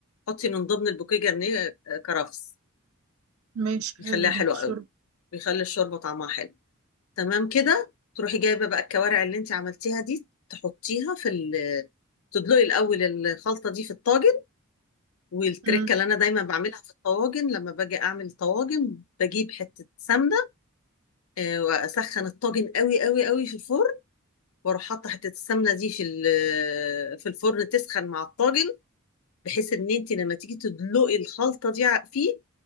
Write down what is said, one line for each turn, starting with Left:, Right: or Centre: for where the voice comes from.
Left: حطي من ضمن البوكيه جرنيه آه، كرفس
Right: ماشي
Left: بيخليها
Right: حلو
Left: حلوة
Right: ده الشرب
Left: قوي بيخلي الشوربة طعمها حلو تمام كده تروحي جايبه بقى الكوارع اللي انت عملتيها دي تحطيها في ال تدلقي الاول الخلطه دي في الطاجن والتركه
Right: مم.
Left: اللي انا دايما بعملها في الطواجن لما باجي اعمل طواجن بجيب حته سمنه آه، واسخن الطاجن قوي قوي قوي في الفرن واروح حاطه حته السمنه دي في ال- في الفرن تسخن مع الطاجن بحيث ان انت لما تيجي تدلقي الخلطه دي ع- فيه